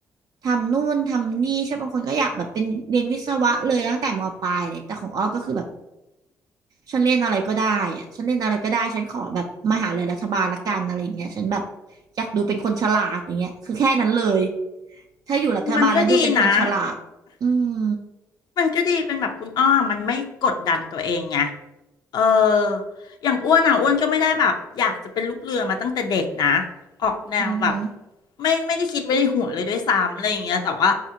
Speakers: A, on the right; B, on the left.
A: ทำนู่นทำนี่ใช่บางคนก็อยากแบบเป็นเรียนวิศวะเลยตั้งแต่มปลายเลยแต่ของอ้อก็คือแบบ ฉันเล่นอะไรก็ได้อะฉันเล่นอะไรก็ได้ ฉันขอแบบมหาลัยรัฐบาลละกันอะไรอย่างเงี้ยฉันแบบอยากดูเป็นคนฉลาดอย่างเงี้ยคือแค่นั้นเลย ถ้าอยู่รัฐบาลแล้วดูเป็นคนฉลาดอืม
B: มันก็ดีนะ มันก็ดีเป็นแบบคุณอ้อมมันไม่กดดันตัวเองไงเอออย่างอ้วนอ่ะอ้วนก็ไม่ได้แบบอยากจะเป็นลูกเรือมาตั้งแต่เด็กนะออกแนวแบบ
A: อือหือ
B: ไม่ไม่ได้คิดไว้ในหัวเลยด้วยซ้ำอะไรอย่างเงี้ยแต่ว่า